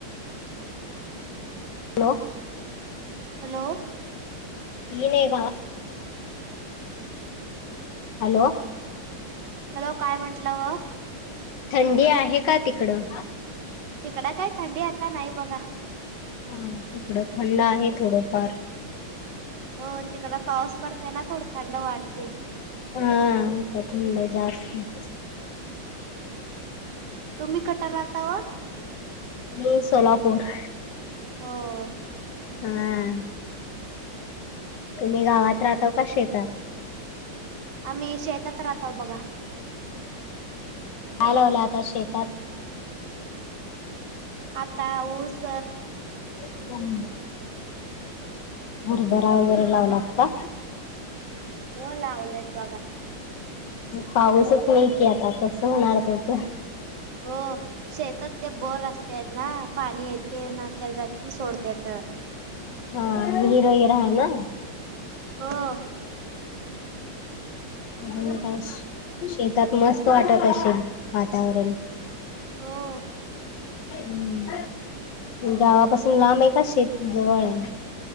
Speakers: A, on the left; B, on the right.
A: Hello!
B: Hello!
A: <unintelligible> Hello!
B: Hello काय म्हंटलं वो?
A: थंडी आहे का तिकडं?
B: हिकडं काय थंडी आता नाही बघा.
A: हां इकडं थंड आहे थोडंफार.
B: हो तिकड पाऊस पडतंय ना थोडं थंड वाढतंय.
A: हां इकडं थंड जास्त.
B: तुम्ही कट राहता व?
A: मी सोलापूर.
B: हो.
A: हां. तुम्ही गावात राहता का शेतात?
B: आम्ही शेतात राहतो बघा.
A: काय लावला आता शेतात?
B: आता ऊस
A: <inaudible> हरभरा वगैरे लावलात का?
B: हों लावलेत बघा.
A: पाऊसच नही कि आता कसं होणार ते तर.
B: हों शेतात ते बोर असत्येत ना पाणी येते ना तेजातून सोडतेत.
A: हां विहीर ही राहे नां.
B: हो
A: अजून काय शे शेतात मस्त वाटत अशेल वातावरण.
B: हों.
A: हुं. गावापासून लांबयं का शेत जवळयं?